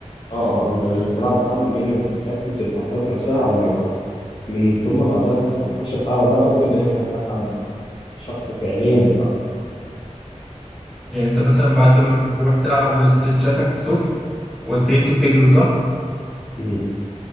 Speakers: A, on the left (about 45°); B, in the centre.
A: اه اه انت مش بتلعب مع حد لكنك بتبراكتس الحركات نفسها على الهوا من ثم بعدها انت بتخش الحلبة بقى وبتبدأ ان انت تلعب حد شخص فعليا بتلعب
B: يعني انت مثلا بعد ما بتروح تلعب الاسترتشاتك الصبح وقلت لي انتوا بتجروا صح
A: مم.